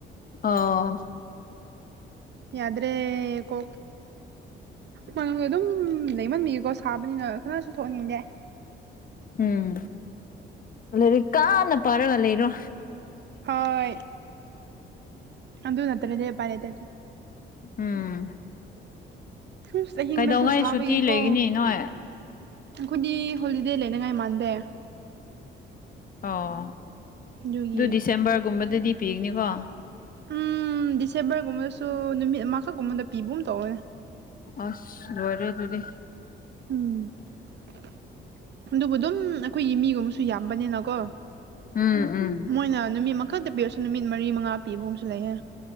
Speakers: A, on the left (about 45°); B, on the right (about 60°).
A: ꯑꯣ
B: ꯌꯥꯗ꯭ꯔꯦ ꯀꯣ ꯃꯅꯨꯡꯗ ꯑꯗꯨꯝ ꯂꯩꯃꯟꯕꯤꯒꯀꯣ ꯁꯥꯕꯅꯤꯅ ꯀꯥꯅꯥꯁꯨ ꯊꯣꯛꯍꯟꯅꯤꯡꯗꯦ
A: ꯎꯝ ꯂꯥꯢꯔꯤꯛ ꯀꯥꯟꯅ ꯄꯥꯏꯔꯒ ꯂꯩꯔꯣ
B: ꯍꯣꯏ ꯑꯗꯨ ꯅꯠꯇꯔꯥꯗꯤ ꯎꯄꯥꯢ ꯂꯩꯇꯦ
A: ꯎꯝ
B: ꯑꯁ ꯑꯍꯤꯡꯗꯁꯨ
A: ꯀꯩꯗꯧꯍꯩ
B: ꯁꯥꯕꯒꯤꯀꯣ
A: ꯁꯨꯇꯤ ꯂꯩꯒꯅꯤ ꯅꯣꯏ
B: ꯑꯩꯈꯣꯏꯗꯤ ꯍꯣꯂꯤꯗꯦ ꯂꯩꯅꯤꯡꯉꯥꯏ ꯃꯥꯟꯗꯦ
A: ꯑꯣ
B: ꯑꯗꯨꯒꯤ
A: ꯑꯗꯨ ꯗꯤꯁꯦꯝꯕꯔꯒꯨꯝꯕꯗꯗꯤ ꯄꯤꯒꯅꯤꯀꯣ
B: ꯎꯝ ꯗꯤꯁꯦꯝꯕꯔꯒꯨꯝꯕꯗꯁꯨ ꯅꯨꯃꯤꯠ ꯑꯃꯈꯛꯀꯨꯝꯕꯗ ꯄꯤꯕꯒꯨꯝ ꯇꯧꯋꯦ
A: ꯑꯁ ꯂꯣꯢꯔꯦ ꯑꯗꯨꯗꯤ
B: ꯎꯝ ꯑꯗꯨꯕꯨ ꯑꯗꯨꯝ ꯑꯩꯈꯣꯏꯒꯤ ꯃꯤ ꯁꯨ ꯌꯥꯝꯕꯅꯤꯅ ꯀꯣ
A: ꯎꯝ ꯎꯝ
B: ꯃꯣꯏꯅ ꯅꯨꯃꯤꯠ ꯃꯈꯛꯇ ꯄꯤꯔꯁꯨ ꯅꯨꯃꯤꯠ ꯃꯔꯤ ꯃꯉꯥ ꯄꯤꯕꯒꯨꯝꯁꯨ ꯂꯩꯍꯦ